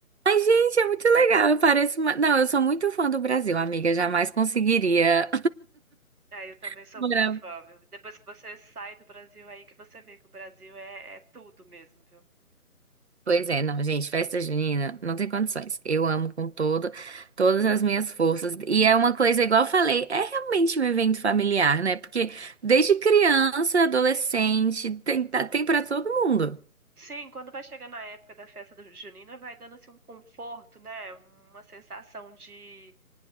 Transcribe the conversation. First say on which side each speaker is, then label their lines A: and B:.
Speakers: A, on the right; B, on the right.
A: Gente, é muito legal. Eu pareço uma... Não, eu sou muito fã do Brasil, amiga. Jamais conseguiria.
B: É, eu também
A: <laughs>
B: sou
A: morar
B: muito fã, viu? Depois que você sai do Brasil, aí que você vê que o Brasil é, é tudo mesmo, viu?
A: Pois é, não, gente, festa junina não tem condições. Eu amo com toda, todas as minhas forças. E é uma coisa, igual eu falei, é realmente um evento familiar, né? Porque desde criança, adolescente, tem, tá- tem para todo mundo.
B: Sim, quando vai chegando a época da festa do junina, vai dando assim um conforto, né? Uma sensação de